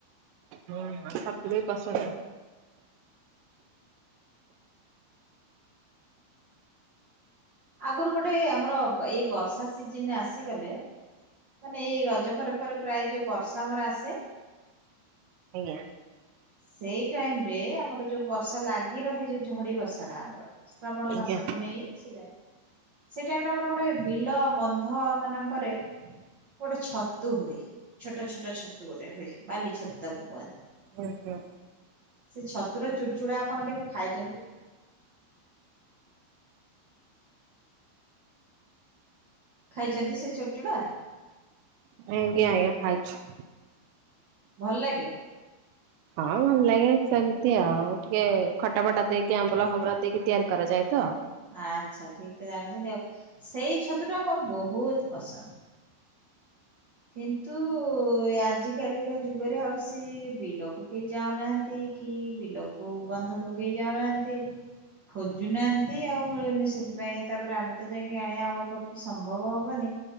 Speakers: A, on the right; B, on the right.
A: ହଁ ସପରେ ପସ ଟା <unintelligible>
B: ଆଗରୁ ଗୋଟେ ଆମର ଏଇ ବର୍ଷା ସିଜିନି ଆସିଗଲେ ମାନେ ଏଇ ରଜ ପରେ ପରେ ପ୍ରାୟ ଯୋଉ ବର୍ଷା ଆମର ଆସେ
A: ଆଜ୍ଞା।
B: ସେଇ ଟାଇମ ରେ ଆମର ଯୋଉ ବର୍ଷା ଲାଗି ରହେ ଯୋଉ ଝଡି ବର୍ଷା ଟା ଆମର। ଶ୍ରାବଣ
A: ଆଜ୍ଞା
B: ମାସଠୁ ନେଇ ସେ ଯାଏ। ସେ ଟାଇମରେ ଆମର ଗୋଟେ ବିଲ ବନ୍ଧ ମାନଙ୍କରେ ଗୋଟେ ଛତୁ ହୁଏ ଛୋଟ ଛୋଟ ଛତୁ ଗୋଟେ ହୁଏ ବାଲି ଛତୁ ତାକୁ କୁହନ୍ତି।
A: ହୁଁ ହୁଁ।
B: ସେ ଛତୁର ଚୁଡ଼ଚୁଡ଼ା ଆପଣ କେବେ ଖାଇଛନ୍ତି? ଖାଇଛନ୍ତି ସେ ଚୁଡଚୁଡ଼ା?
A: ଆଜ୍ଞା ଆଜ୍ଞା ଖାଇଛି।
B: ଭଲ ଲାଗେ?
A: ହଁ ଭଲ ଲାଗେ ସେମିତି ଆଉ ଟିକେ ଖଟା ଫଟା ଦେଇକି ଆମ୍ବୁଳ ଫାମ୍ୱୁଲ ଦେଇକି ତିଆରି କରାଯାଏ ତ।
B: ଆଚ୍ଛା ଠିକ ତ ଜାଣିଛନ୍ତି ଆଉ। ସେଇ ଛତୁ ଟା ମୋର ବହୁତ ପସନ୍ଦ। କିନ୍ତୁ ଆଜିକାଲିକା ଯୁଗରେ ଆଉ କିନ୍ତୁ ବିଲକୁ କେହି ଯାଉନାହାନ୍ତି କି ବିଲକୁ ବନ୍ଧକୁ କେହି ଯାଉନାହାନ୍ତି। ଖୋଜୁନାହାନ୍ତି ଆଉ ମିଳୁନି ସେଥିପାଇଁ ତାପରେ ଆମେ ତ ଯାଇକି ଆାଣିବା ଆମ ପକ୍ଷେ ସମ୍ଭବ ହବନି।